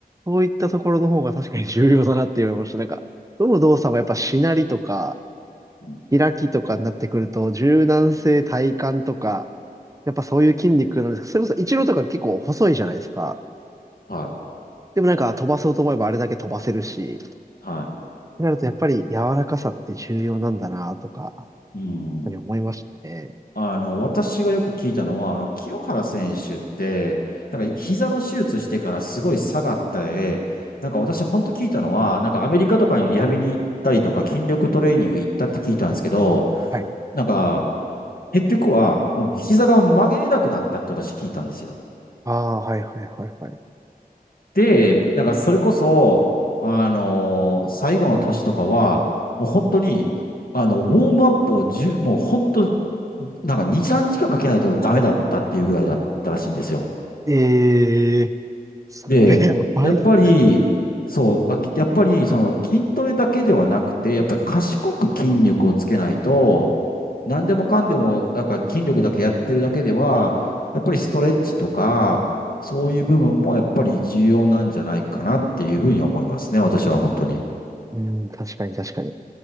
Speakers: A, on the right; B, on the left.
A: そういったところの方が確かに重要だなって思いました。なんか、どの動作もやっぱしなりとか、
B: うん
A: 開きとかになってくると、柔軟性、体幹とか、やっぱそういう筋肉なんですけど、それこそ一郎とか結構細いじゃないですか。
B: はい。
A: でもなんか飛ばそうと思えばあれだけ飛ばせるし、っ
B: は
A: てなるとやっぱり柔らかさって重要なんだなとか、やっ
B: い。うん。
A: ぱり思いましたね。
B: あの、私がよく聞いたのは、あの、清原選手って、なんか膝の手術してからすごい下がったえ、なんか私本当聞いたのは、なんかアメリカとかにリハビリ行ったりとか筋力トレーニング行ったって聞いたんですけど、
A: はい。
B: なんか結局は、もう膝が曲げれなくなったって私聞いたんですよ。
A: ああ、はいはいはいはい。
B: で、なんかそれこそ、あのー最後の年とかは、もう本当に、あの、ウォームアップを1もう本当、なんか2、3時間かんかけないとダメだったっていうぐらいだったらしいんですよ。
A: ええそれやばいっすね。
B: で、やっぱり、そう、あ、きやっぱり、その筋トレだけではなくて、やっぱり賢く筋力をつけないと、何でもかんでも、なんか筋力だけやってるだけでは、やっぱりストレッチとか、そういう部分もやっぱり重要なんじゃないかなっていうふうに思いますね、私は本当に。
A: うん、確かに確かに。